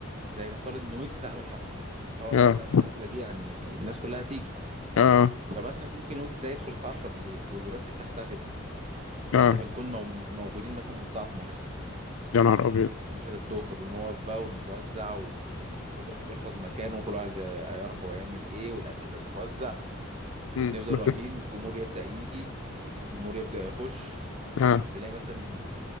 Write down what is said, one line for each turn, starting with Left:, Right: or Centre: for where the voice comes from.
Right: زي نفترض ان ويجز عامل حفله طبعا
Left: اه
Right: ويجز عامل حفله دي يعني الناس كلها هتيجي
Left: اه
Right: فمثلا ممكن ويجز ده يدخل الساعه 10 بالليل والبيبان تفتح الساعه 6
Left: اه
Right: احنا بنكون مو- موجودين مثلا من الساعة 12
Left: يا نهار ابيض
Right: 12 الظهر ونقف بقى ونتوزع وكل واحد يحفظ مكانه وكل واحد آه، يعرف هو يعمل ايه والأجهزة تتوزع
Left: مم.
Right: نفضل
Left: بس
Right: واقفين الجمهور يبدأ يجي الجمهور يبدأ يخش
Left: اه
Right: تلاقي مثلا